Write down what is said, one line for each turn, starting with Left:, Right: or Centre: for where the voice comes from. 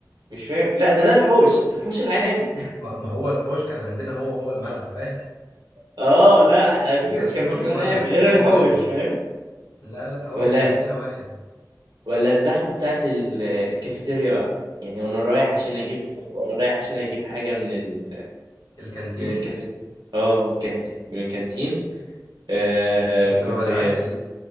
Right: مش فاكر لا ده ده الحوش الحوش العادي
Left: ما ما هو الحوش كان عندنا هو هو الملعب فاهم
Right: اه لا
Left: <laughs>
Right: احنا في
Left: ما كانش فيه
Right: كان
Left: حوش
Right: في ملاعب
Left: وملعب
Right: غير
Left: لا هو
Right: الحوش
Left: واحد
Right: فاهم
Left: لا لا هو
Right: ولا
Left: كان عندنا واحد
Right: ولا الزحمة بتاعت ال- الكافيتيريا بقى يعني وانا رايح عشان اجيب وانا رايح عشان اجيب حاجة من ال...
Left: الكانتين
Right: من الكافيتيريا اه من الكانتين من الكانتين آه
Left: كانت بتبقى
Right: كنت
Left: مدعكه دي